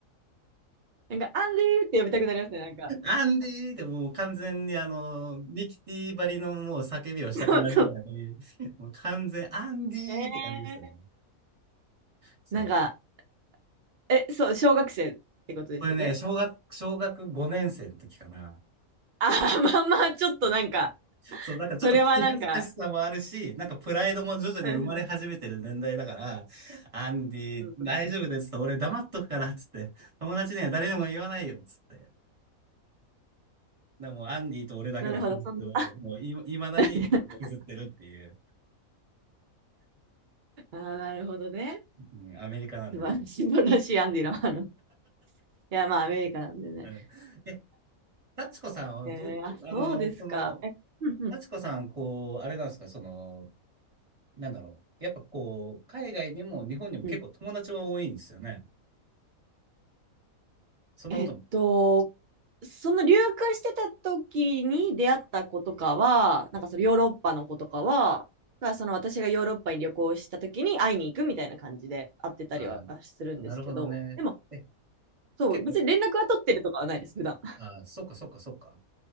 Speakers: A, on the right; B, on the right.
A: <laughs> なんか、アンディーって呼びたくなりますね、なんか。
B: アンディーってもう完全にあの、ミキティばりのもう叫びをしたくなるぐらい、
A: そうそう。
B: もう完全、アンディーって感じでしたね。
A: えー、
B: そう。
A: なんか、え、そう、小学生ってことですよね。
B: これね、小学、小学5年生の時かな。
A: ああまあまあ、ちょっとなんか、
B: そう、なんかちょっと聞き恥ずかしさもあるし、
A: それはなんか、
B: なんかプライドも徐々に生まれ始めてる年代だから、
A: うんうん
B: アンディ、
A: うんうん
B: 大丈夫ですと、俺黙っとくから、つって、友達には誰にも言わないよ、つって。でもうアンディと俺だけの秘密を、
A: なるほど、そんな。
B: もうい、いまだに引きずってるっていう、
A: <laughs> ああなるほどね。
B: うん、アメリカなんでね。
A: 素晴らしい、素晴らしいアンディの話。いや、まあ、アメリカなんでね。
B: うん。え、幸子さんはど、
A: えー、
B: ど、
A: あ、
B: あの、
A: そうですか。
B: その、
A: え、うんうん
B: 幸子さん、こう、あれなんですか、その、なんだろう。やっぱこう、海外にも日本にも結構友達は多いんですよね。
A: うん。
B: そんなことも。
A: えっと、その留学してた時に出会った子とかは、なんかそのヨーロッパの子とかは、がその私がヨーロッパに旅行した時に会いに行くみたいな感じで会ってたりはするんですけど、
B: あー、なるほどね。
A: でも、
B: え、
A: そう、
B: 結構、
A: 別に連絡は取ってるとかはないです、普段。
B: あー、そうか、そうか、そうか。